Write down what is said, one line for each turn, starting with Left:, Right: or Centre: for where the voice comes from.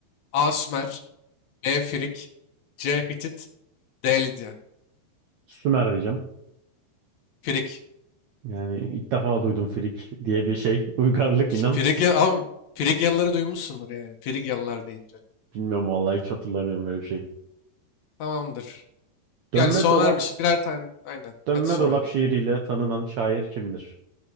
Left: A. Sümer B. Frig C. Hitit D. Lidya
Right: Sümer diyeceğim.
Left: Frig.
Right: Yani ilk defa duydum frik diye bir şey. <laughs> Uygarlık inan.
Left: Frigya ama Frigyalıları duymuşsundur yani. Frigyalılar deyince.
Right: <laughs> Bilmiyorum vallahi hiç hatırlamıyorum böyle bir şey.
Left: Tamamdır.
Right: Dönme
Left: Yani soner
Right: dolap,
Left: bir, birer tane. Aynen.
Right: dönme
Left: Hadi sor
Right: dolap
Left: abi.
Right: şiiriyle tanınan şair kimdir?